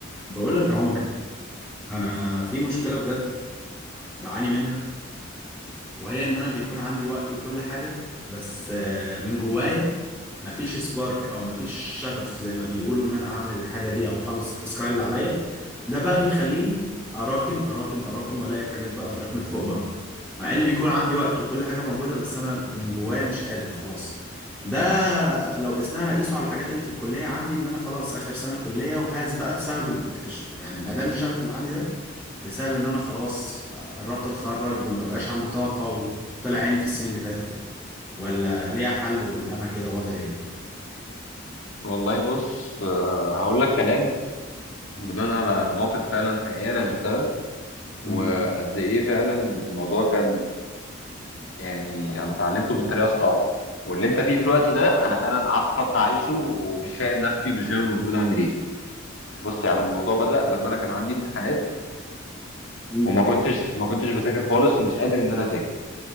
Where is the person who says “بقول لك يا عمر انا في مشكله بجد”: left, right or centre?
Centre